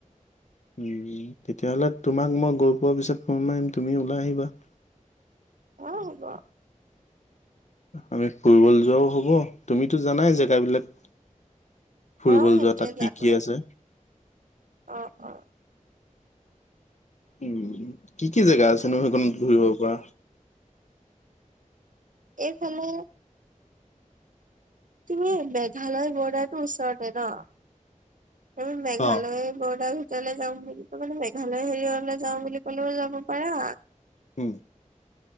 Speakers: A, on the left; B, on the right.
A: উম, তেতিয়াহ'লে তোমাক মই গৈ পোৱাৰ পিছত ফোন মাৰিম তুমি ওলাই আহিবা। <inaudible>
B: অ, হ'ব।
A: আমি ফুৰিবলে যোৱাও হ'ব তুমিতো জানাই জেগাবিলাক। ফুৰিবলৈ
B: অ সেইটোৱে
A: যোৱা তাত
B: যাবই
A: কি কি আছে।
B: অ অ।
A: উম কি কি জোগা আছে নো সেইকণ ঘুৰিব পৰা?
B: এইফালে তুমি মেঘালয় বৰ্ডাৰটো ওচৰতে ন? এই মেঘালয়
A: অ'।
B: বৰ্ডাৰ তালৈ যাওঁ বুলি মানে মেঘালয় হেৰিয়লৈ যাওঁ বুলি কলেও যাব পাৰা
A: হম।